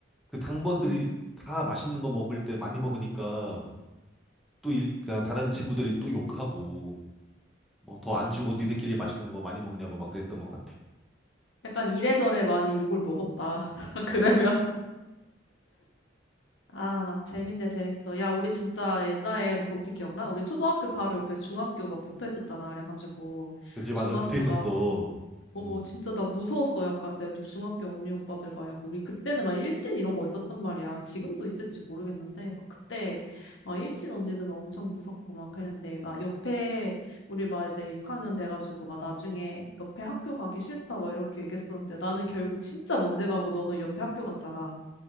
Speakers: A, in the centre; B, on the left (about 75°).
A: 그 당번들이
B: 응.
A: 다 맛있는 거 먹을 때 많이 먹으니까 또 일, 그냥 다른 친구들이 또 욕하고 뭐 더 안 주고 니들끼리 맛있는 거 많이 먹냐고 막 그랬던 것 같아.
B: 약간 이래저래 많이 욕을 먹었다. <laughs> 그러면 아 재밌네 재밌어. 야 우리 진짜 옛날에 너 그것도 기억나? 우리 초등학교 바로 옆에 중학교 막 붙어 있었잖아. 그래가지고
A: 그치,
B: 중학교
A: 맞아. 붙어 있었어.
B: 막 어,
A: 음.
B: 진짜 나 무서웠어. 약간 내가 중학교 언니 오빠들 막 약간 우리 그때는 막 일진 이런 거 있었단 말이야. 지금도 있을지 모르겠는데 막 그때 막 일진 언니들 막 엄청 무섭고 막 그랬는데 막 옆에 우리 막 이제 6학년 돼가지고 막 나중에 옆에 학교 가기 싫다 막 이렇게 얘기했었는데 나는 결국 진짜 먼데 가고 너는 옆에 학교 갔잖아.